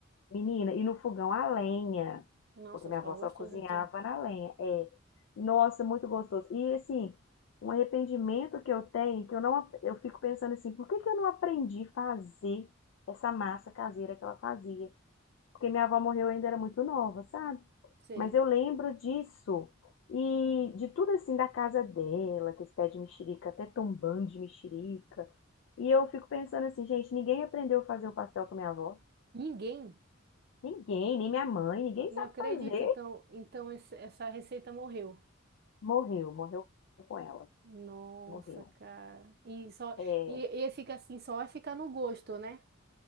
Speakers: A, on the left; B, on the right.
A: Menina, e no fogão a lenha,
B: Nossa,
A: porque minha
B: ficava
A: avó
B: gostoso,
A: só cozinhava
B: então.
A: na lenha. É, nossa, muito gostoso. E assim, um arrependimento que eu tenho, que eu não, ap- eu fico pensando assim, por que que eu não aprendi a fazer essa massa caseira que ela fazia? Porque minha avó morreu, eu ainda era muito nova, sabe?
B: Sei.
A: Mas eu lembro disso e de tudo assim da casa dela, que esse pé de mexerica, até tombando de mexerica. E eu fico pensando assim, gente, ninguém aprendeu a fazer o pastel com a minha avó.
B: Ninguém.
A: Ninguém, nem minha mãe, ninguém
B: Não
A: sabe
B: acredito,
A: fazer.
B: então, então esse- essa receita morreu.
A: Morreu, morreu com ela,
B: Nossa,
A: morreu.
B: cara. E só
A: É,
B: e, e fica assim, só vai ficar no gosto, né?